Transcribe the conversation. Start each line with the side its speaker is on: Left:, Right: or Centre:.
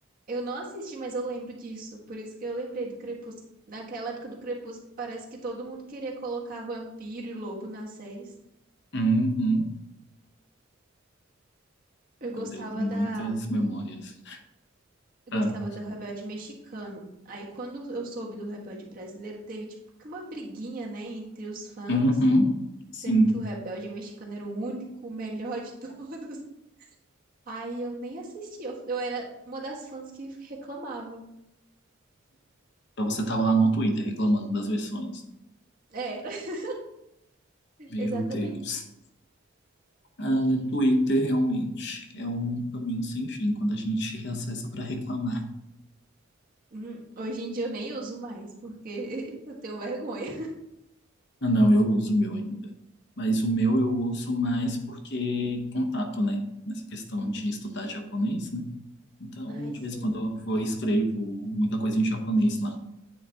Right: Eu não assisti, mas eu lembro disso. Por isso que eu lembrei do Crepúsculo. Naquela época do Crepúsculo, parece que todo mundo queria colocar vampiro e lobo nas séries.
Left: Uhum.
Right: Eu gostava
Left: Meu Deus, muitas
Right: da
Left: memórias.
Right: Eu
Left: Ah,
Right: gostava do Rebelde Mexicano. Aí, quando eu soube do Rebelde Brasileiro, teve tipo que uma briguinha, né, entre os fãs,
Left: uhum. Sim.
Right: dizendo que o Rebelde Mexicano era o único, o melhor de <laughs> todos. Aí eu nem assisti. Eu, eu era uma das fãs que reclamava.
Left: Então você tava lá no Twitter reclamando das versões.
Right: É, <laughs>
Left: Meu
Right: exatamente.
Left: Deus. Ah, Twitter realmente é um caminho sem fim quando a gente reacessa para reclamar.
Right: Hum, Hoje em dia eu nem uso mais, porque <laughs> eu tenho vergonha.
Left: Ah, não, eu uso o meu ainda. Mas o meu eu uso mais porque contato, né? Nessa questão
Right: Uhum.
Left: de estudar japonês, né? Então,
Right: Ai,
Left: de
Right: sim.
Left: vez em quando eu vou e escrevo muita coisa em japonês lá.